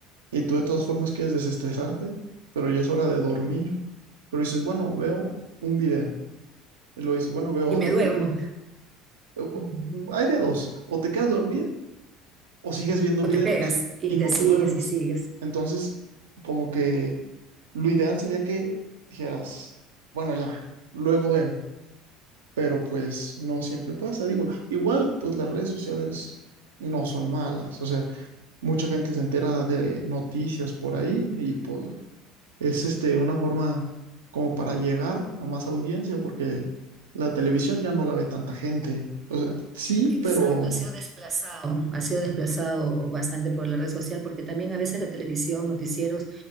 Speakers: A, on the right; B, on the right.
A: y tú de todas formas quieres desestresarte, pero ya es hora de dormir. Pero dices, bueno, veo un video. Y luego dices, bueno, veo
B: Y
A: otro
B: me duermo
A: video. O- o-
B: Ujú.
A: Hay de dos, o te quedas dormido o sigues viendo
B: o
A: videos
B: te pegas y
A: y no
B: te sigues
A: te duermes.
B: y sigues.
A: Entonces, como que lo ideal sería que dijeras, bueno, ya, luego veo, pero pues no siempre pasa. Digo, igual, pues las redes sociales no son malas, o sea, mucha gente se entera de noticias por ahí y pues es este, una forma como para llegar a más audiencia, porque la televisión ya no la ve tanta gente. O sea, sí,
B: Exacto,
A: pero
B: ha sido desplazado. Ha sido desplazado bastante por la red social porque también a veces la televisión, noticieros